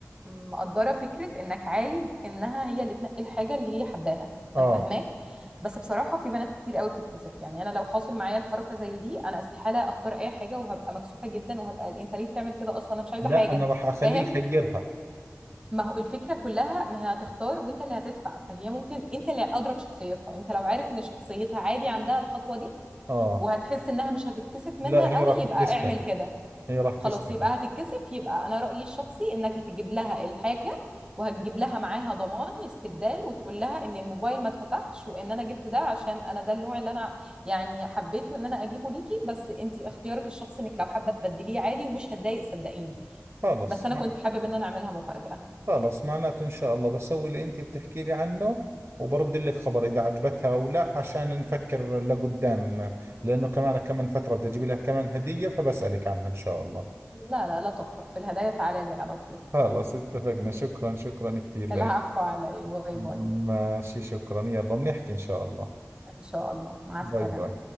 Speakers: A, on the right; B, on the right.
A: مقدرة فكرة إنك عايز إنها هي اللي تنقي الحاجة اللي هي حباها
B: اه
A: أنا فاهماك بس بصراحة في بنات كتير قوي بتتكسف يعني أنا لو حاصل معايا الحركة زي دي أنا استحالة أختار أي حاجة وهبقى مكسوفة جدا وهبقى أنت ليه بتعمل كده أصلا أنا مش عايزة
B: لا
A: حاجة
B: انا راح اخليه
A: فاهم
B: يخيرها
A: ما هو الفكرة كلها ما هي هتختار وأنت اللي هتدفع فهي ممكن أنت اللي أضرب شخصيتها أنت لو عارف إن شخصيتها عادي عندها الخطوة دي
B: اه
A: وهتحس إنها مش هتتكسف منها
B: لا هي
A: قوي
B: راح
A: يبقى
B: تستحي
A: اعمل كده
B: هي راح تستحي
A: خلاص يبقى هتتكسف يبقى انا رأيي الشخصي انك هتجيب لها الحاجة وهتجيب لها معاها ضمان استبدال وتقول لها ان الموبايل ما اتفتحش وان انا جبت ده عشان انا ده النوع اللي انا يعني حبيته ان انا اجيبه ليكي بس انت اختيارك الشخصي انك لو حابة تبدليه عادي ومش هتضايق صدقيني
B: خلص
A: بس انا كنت حابب ان انا اعملها مفاجأة
B: خلص معناته إن شاء الله بسوي اللي أنت بتحكي لي عنه وبرد لك خبر إذا عجبتها أو لا عشان نفكر لقدام لأنه كمان كمان فترة بدي أجيب لها كمان هدية فبسألك عنها إن شاء الله
A: لا لا لا تقلق في الهدايا تعالى لي على طول
B: خلص اتفقنا شكرا شكرا كثير لك
A: العفو على ايه باي
B: ماشي
A: باي
B: شكرا يلا بنحكي إن شاء الله
A: ان شاء الله مع
B: باي
A: السلامة
B: باي